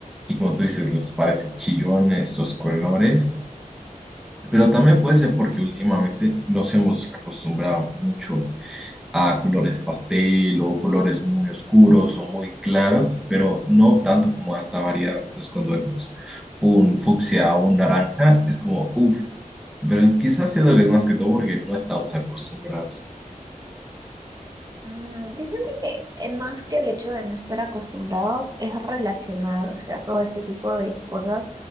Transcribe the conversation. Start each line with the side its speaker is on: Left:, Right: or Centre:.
Centre: y como tú dices, les parece chillón estos colores. Pero también puede ser porque últimamente nos hemos acostumbrado mucho a colores pastel o colores muy oscuros o muy claros, pero no tanto como a esta variedad. Entonces, cuando vemos un fucsia o un naranja, es como, uff, pero es- quizás siendo que es más que todo porque no estamos acostumbrados.
Right: Mm, dicen que eh, más que el hecho de no estar acostumbrados es relacionar, o sea, todo este tipo de cosas